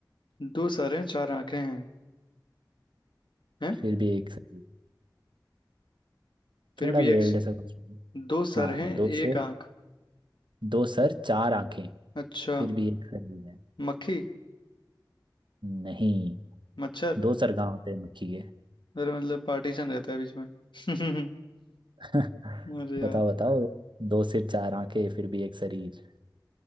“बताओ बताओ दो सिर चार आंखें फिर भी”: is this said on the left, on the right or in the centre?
Right